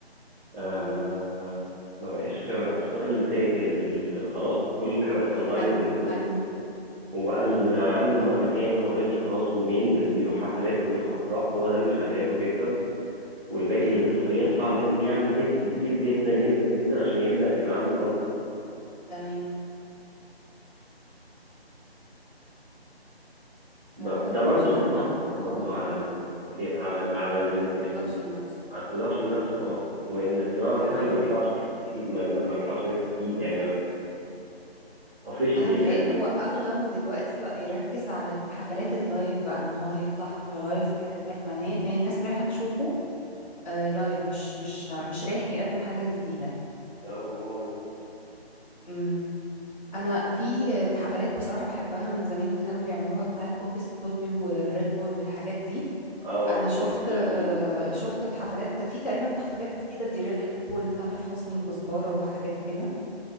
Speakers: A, on the right; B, on the left.
A: آه
B: امم
A: ما بقاش ما بقاش هو ده اللي سايق ال- ال- ال- خلاص كل حاجه بقت
B: اختلف
A: اونلاين والناس كلها
B: ايوه
A: وبقى اللي عنده م- مكان اوريدي خلاص وبينزل بيروح حفلات وبيروح افراح هو ده اللي شغال وبيكسب والباقي
B: اوكي
A: اللي لسه يطلع لازم يعمل هيت كبير جدا جدا جدا عشان يبدأ يبقى عنده كونسبت
B: تمام
A: ده
B: آه انا
A: برضو
B: مش عارفة
A: مأثر برضو
B: اقول
A: على ال على ال على ال
B: على البرودكشن
A: ال-
B: نفسه
A: على البرودكشن نفسه اه وان الصناعه نفسها
B: تمام
A: ما بيطلعش في في- ما, ما ما بيطلعش ناس كتير يعني اوفيشلي
B: انا متهيألي
A: يعني
B: هو اغلبه دلوقتي بقى يركز على الحفلات اللايف بقى ان هو هيطلع حفلة لايف في الحتة الفلانية فهي الناس رايحة تشوفه آه لايف مش مش مش رايح يقدم حاجة جديدة يعني
A: اه ما هو ده
B: امم انا في الحفلات بصراحة بحبها من زمان اللي كانوا بيعملوها بتاعت كوك استوديو وريد بول والحاجات دي
A: اه
B: انا شفت
A: اه كان
B: آه،
A: لذيذ
B: شفت الحفلات في تقريبا حفلات جديده دي ريد بول تامر حسني وكزبره وحاجات كده